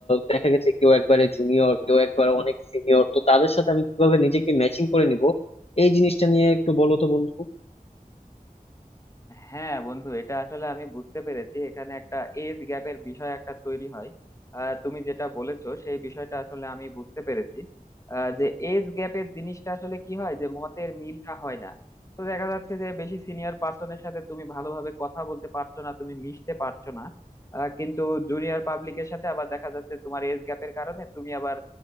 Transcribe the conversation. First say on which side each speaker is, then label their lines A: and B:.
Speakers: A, on the left; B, on the left.
A: দেখা গেছে কেউ একবারে জুনিয়র কেউ একবারে অনেক সিনিয়র তো তাদের সাথে আমি কিভাবে নিজেকে ম্যাচিং করে নিব এই জিনিসটা নিয়ে একটু বলো তো বন্ধু
B: হ্যাঁ বন্ধু এটা আসলে আমি বুঝতে পেরেছি এখানে একটা এজ গ্যাপের বিষয় একটা তৈরি হয় আহ, তুমি যেটা বলেছো সেই বিষয়টা আসলে আমি বুঝতে পেরেছি আহ, যে এজ গ্যাপের জিনিসটা আসলে কি হয় যে মতের মিলটা হয় না তো দেখা যাচ্ছে যে বেশি সিনিয়র পার্সনের সাথে তুমি ভালোভাবে কথা বলতে পারছো না তুমি মিশতে পারছো না আহ, কিন্তু জুনিয়র পাবলিকের সাথে আবার দেখা যাচ্ছে তোমার এজ গ্যাপের কারণে তুমি আবার